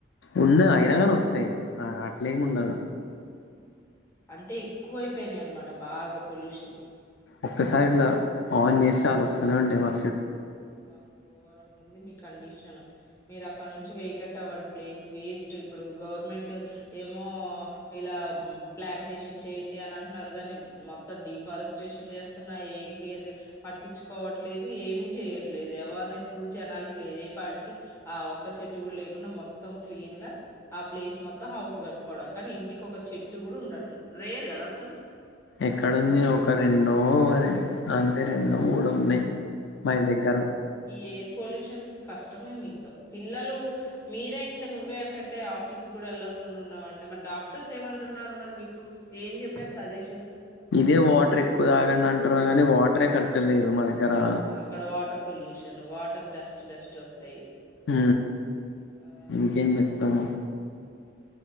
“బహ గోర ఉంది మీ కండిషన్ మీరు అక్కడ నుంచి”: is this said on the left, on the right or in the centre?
Left